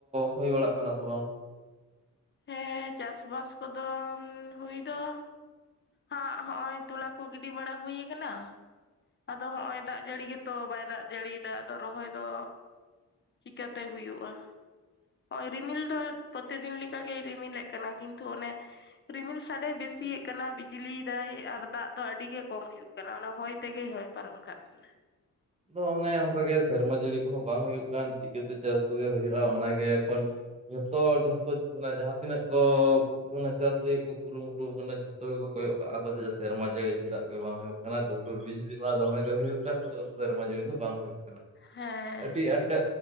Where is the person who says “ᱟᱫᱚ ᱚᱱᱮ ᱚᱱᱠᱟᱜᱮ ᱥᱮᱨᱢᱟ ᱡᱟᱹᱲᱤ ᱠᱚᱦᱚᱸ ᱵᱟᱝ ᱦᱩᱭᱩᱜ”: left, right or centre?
Right